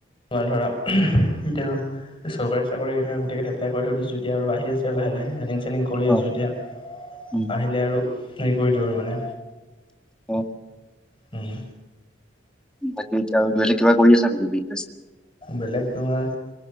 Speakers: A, on the left; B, in the centre.
A: ধৰা এতিয়া। চৰকাৰী চাকৰি কেইটা গোটকেইটা এপ্লাই কৰি থৈ দিছো এতিয়া আৰু আহি আছে লাহ লাহ ৰানিং চানিং কৰি
B: অ
A: আছো এতিয়া।
B: উম
A: আহিলে আৰু হেৰি কৰি দিওঁ আৰু মানে।
B: অ।
A: হম।
B: বাকী এতিয়া আৰু বেলেগ কিবা কৰি আছা নেকি বিজনেছ।
A: বেলেগ তোমাৰ,